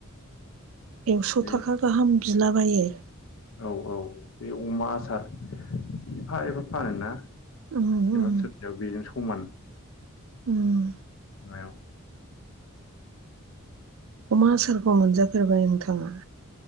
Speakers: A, on the right; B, on the left.
A: एक्स'
B: बे
A: थाखा गाहाम बिलाबायो
B: औ औ बे अमा आसार एफा एफा फानो ना थेमा
A: उम उम
B: फिसा फिसायाव बेजों समान
A: उम
B: मायाव
A: अमा आसारखौ मोनजाफेरबाय नोंथाङा